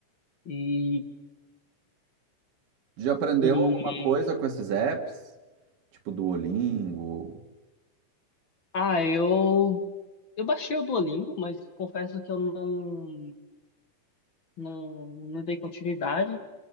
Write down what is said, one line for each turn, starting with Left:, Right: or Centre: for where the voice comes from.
Left: E,
Right: Já aprendeu
Left: e
Right: alguma coisa com esses apps? Tipo Duolingo?
Left: ah, eu, eu baixei o Duolingo, mas confesso que eu não não, não dei continuidade.